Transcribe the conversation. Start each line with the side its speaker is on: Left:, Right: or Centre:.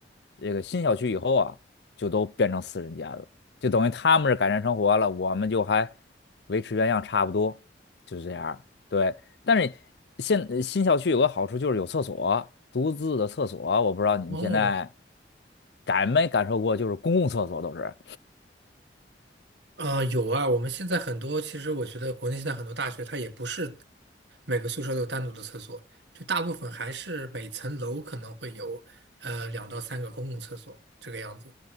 Left: 这个新小区以后啊，就都变成四人间了，就等于他们是改善生活了，我们就还维持原样差不多，就是这样对，但是现新小区有个好处就是有厕所，独自的厕所，我不知道你们现在
Right: 哦
Left: 感没感受过，就是公共厕所都是。
Right: 呃，有啊，我们现在很多，其实我觉得国内现在很多大学它也不是每个宿舍都有单独的厕所，就大部分还是每层楼可能会有呃两到三个公共厕所这个样子，